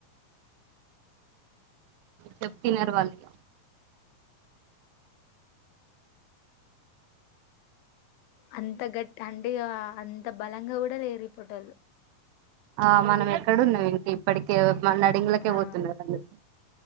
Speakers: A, on the right; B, on the left.
A: చెప్పినారువాళ్ళు ఇగ
B: అంత గట్టి అంటే అంత బలంగా కూడా లేరు ఇప్ప టోళ్ళు
A: ఆ మనం ఎక్కడున్నావి ఇంకా ఇప్పటికే మ నడుమువంగలేక
B: ఆ
A: పోతున్నారు అందరు